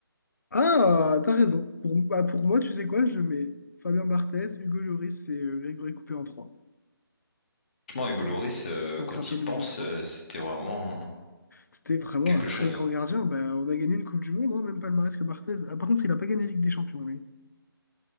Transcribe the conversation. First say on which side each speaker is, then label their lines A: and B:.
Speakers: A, on the left; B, on the left.
A: Ah, t'as raison. Pour, bah, pour moi, tu sais quoi, je mets Fabien Barthez, Hugo Lloris et euh, Grégory Coupé en 3,
B: Franchement, Hugo Loris, euh,
A: en
B: quand
A: gardien
B: il
A: numéro
B: pense,
A: 3.
B: euh, c'était vraiment euh,
A: C'était vraiment
B: quelque
A: un très
B: chose.
A: grand gardien. Bah, on a gagné une Coupe du Monde, hein, même palmarès que Barthez. Ah, par contre, il n'a pas gagné Ligue des Champions, lui.